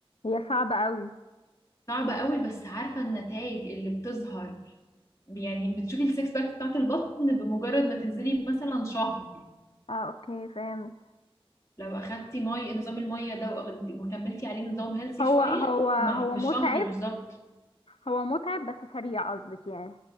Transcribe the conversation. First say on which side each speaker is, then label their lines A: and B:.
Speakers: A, on the left; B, on the left.
A: هي صعبه قوي
B: صعبة قوي بس عارفة النتائج اللي بتظهر يعني بتشوفي السكس باك بتاعت البطن بمجرد ما تنزلي مثلا شهر
A: اه اوكي فهمت
B: لو أخدتي مي نظام المية ده وأخد- وكملتي عليه نظام هيلثي
A: هو
B: شوية
A: هو هو
B: مع بشهر
A: متعب
B: بالظبط
A: هو متعب بس سريع قصدك يعني